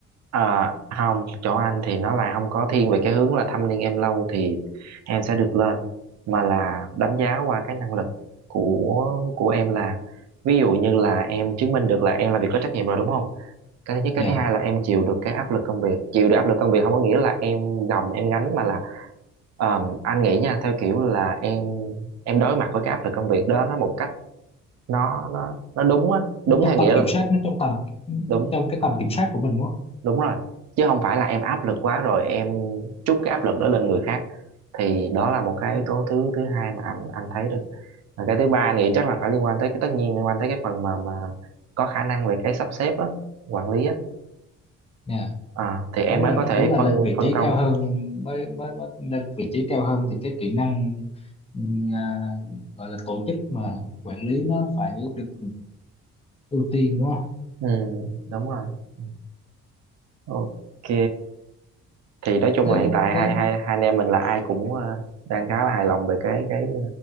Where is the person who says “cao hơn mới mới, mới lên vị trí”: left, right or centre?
Left